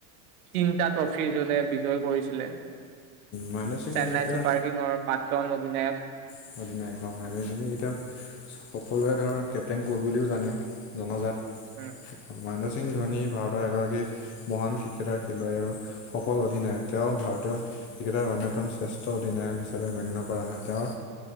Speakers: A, on the right (about 85°); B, on the left (about 25°).
A: তিনিটা ট্ৰফি যোনে বিজয় কৰিছিলে,
B: মহেন্দ্ৰ সিং
A: চেন্নাই
B: এতিয়া
A: চুপাৰ কিঙৰ প্ৰাক্তন অধিনায়ক
B: <inaudible> সকলোৱে ধৰক কেপ্টেইন কোহলী বুলিও জানে জনজাত।
A: উম।
B: মহেন্দ্ৰ সিং ধোনী ভাৰতৰ এগৰাকী মহান ক্ৰিকেটাৰ খেলুৱৈ আৰু সফল অধিনায়ক। তেওঁ ভাৰতীয় ক্ৰিকটাৰ অন্যতম শ্ৰেষ্ঠ অধিনায়ক হিচাপে গণ্য কৰা হয়। তেওঁ